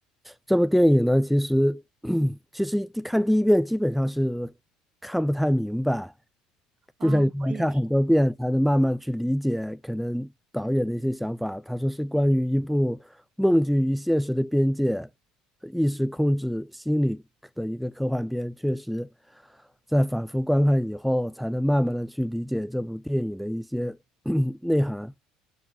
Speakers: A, in the centre; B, on the right.
A: 这部电影呢，其实 <clears throat> 其实一看第一遍基本上是看不太明白，
B: 啊、
A: 就像你说看很多遍才能慢慢去理解可能导演的一些想法。
B: 我也是。
A: 他说是关于一部梦境与现实的边界、意识控制心理的一个科幻片，确实在反复观看以后，才能慢慢的去理解这部电影的一些 <clears throat> 内涵